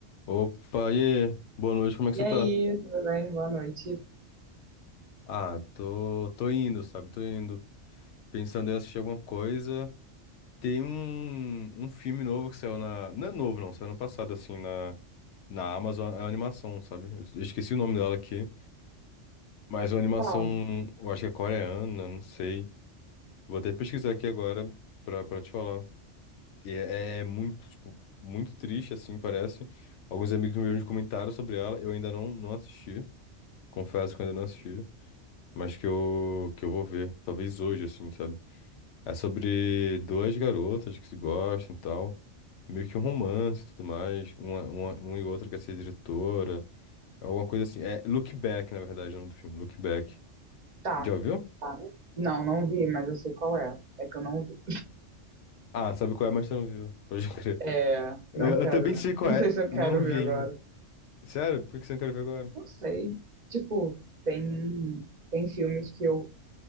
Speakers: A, on the left; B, on the right.
A: Opa, e aí? Boa noite, como é que
B: E
A: você
B: aí,
A: tá?
B: tudo bem? Boa noite.
A: Ah, tô, tô indo, sabe? Tô indo. Pensando em assistir alguma coisa. Tem um, um filme novo que saiu na. Não é novo, não, saiu ano passado, assim, na, na Amazon, é uma animação, sabe? Eu esqueci o nome dela aqui. Mas é uma animação,
B: Qual?
A: eu acho que é coreana, não sei. Vou até pesquisar aqui agora pra, pra te falar. E é, é é muito, tipo, muito triste, assim, parece. Alguns amigos meus comentaram sobre ela, eu ainda não, não assisti. Confesso que eu ainda não assisti. mas que eu, que eu vou ver, talvez hoje, assim, sabe? É sobre duas garotas que se gostam e tal, meio que um romance e tudo mais, uma, uma, uma e outra quer ser diretora, alguma coisa assim. É Look Back, na verdade, é o nome do filme, Look Back.
B: Tá,
A: Já ouviu?
B: tá. Não, não vi, mas eu sei qual é. É que eu não vi.
A: Ah, sabe qual é, mas você não viu, <laughs> pode crer.
B: É,
A: Eu,
B: não quero.
A: eu também sei
B: né?
A: qual
B: Não
A: é
B: sei se eu
A: e
B: quero
A: não vi
B: ver agora.
A: ainda. Sério? Por que que você não quer ver agora?
B: Não sei. Tipo, tem, tem filmes que eu